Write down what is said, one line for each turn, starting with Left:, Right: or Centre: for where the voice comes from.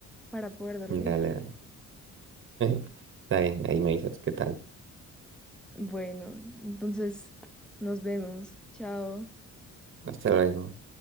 Centre: para poder dormir.
Right: Dale, dale. <laughs> Está bien, ahí me dices qué tal.
Centre: Bueno, entonces nos vemos. Chao.
Right: Hasta luego.